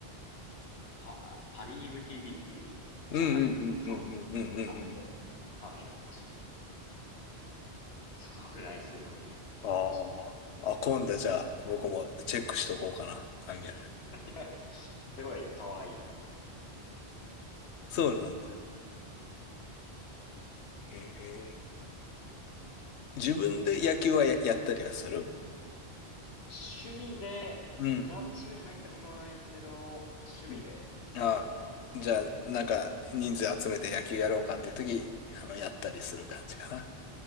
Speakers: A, on the left; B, on the left.
A: あとパ、パリーグ TV っていうチャンネルのタオルを買って、
B: うんうんうんうんうんうんうんうん。
A: タミヤ選手の。そのくらいすごい好きかもしれ
B: ああ。あ、今度じゃあ僕もチェックしとこうかな。あ、みあ、
A: ない。<laughs> すごい可愛い。
B: そうなんだ。へえ。自分で野球はや、やったりはする
A: 趣味で、
B: うん。
A: クラブチームに入ったことはないけど、趣味ですごいやるね。
B: うんああ。じゃあ、なんか人数集めて野球やろうかっていう時、あの、やったりする感じかな。